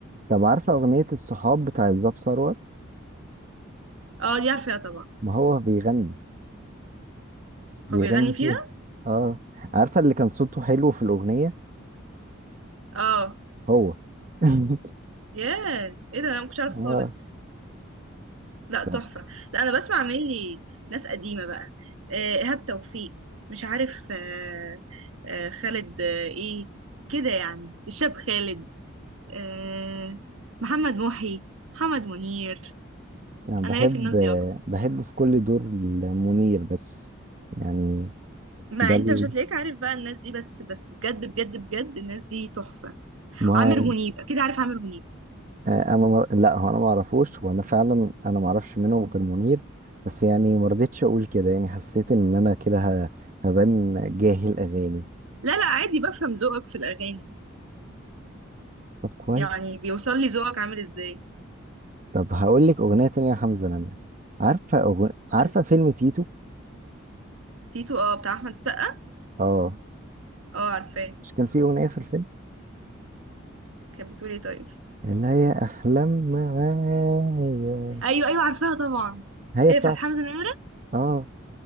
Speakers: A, on the right; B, on the right.
A: طب عارفة اغنية الصحاب بتاع الزاب ثروت
B: اه دي عارفاها طبعا
A: ما هو بيغني بيغني
B: هو بيغني فيها؟
A: فيها اه عارفة اللي كان صوته حلو في الاغنية
B: اه
A: هو <laughs>
B: ياه ايه ده انا مكنتش عارفة
A: اه
B: خالص لا
A: طب،
B: تحفة لا أنا بسمع مني ناس قديمة بقى آه، إيهاب توفيق مش عارف آه، آه، خالد آه، إيه كده يعني الشاب خالد آه، محمد محي محمد منير
A: انا بحب
B: أنا ليا في الناس دي أكتر
A: بحب في كل دور منير بس يعني
B: ما
A: ده
B: أنت
A: ال-
B: مش هتلاقيك عارف بقى الناس دي بس بس بجد بجد بجد الناس دي تحفة
A: ما
B: عامر منيب أكيد عارف عامر منيب
A: آه، انا مر... لا هو انا ما اعرفوش وانا فعلا انا ما اعرفش منهم غير منير بس يعني ما رضيتش اقول كده يعني حسيت ان انا كده ه... هبان جاهل اغاني
B: لا لا عادي بفهم ذوقك في الأغاني
A: طب كويس
B: يعني بيوصل لي ذوقك عامل إزاي
A: طب هقول لك اغنيه تانية لحمزه نمره عارفه أغن...
B: قولي
A: عارفه فيلم تيتو
B: تيتو اه بتاع أحمد السقا
A: اه
B: اه عارفاه
A: مش كان في اغنيه في الفيلم
B: كانت بتقول ايه طيب
A: اللي هي احلام معايا
B: ايوه ايوه عارفاها طبعا
A: هي
B: ايه
A: بتاعته
B: بتاعت حمزة نمرة
A: اه